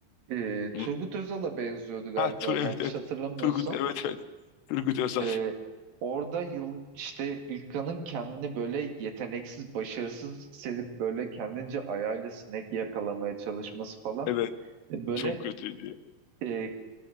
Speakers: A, on the right; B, on the left.
A: e,
B: Unut.
A: Turgut
B: <laughs>
A: Özal'a benziyordu galiba
B: Ha Tur
A: yanlış
B: evet evet.
A: hatırlamıyorsam.
B: Turgut evet evet. Turgut Özal.
A: Ee, orada yıl işte İlkan'ın kendini böyle yeteneksiz, başarısız hissedip böyle kendince ayağıyla sinek yakalamaya çalışması falan
B: Evet.
A: E, böyle
B: Çok kötü diye
A: e,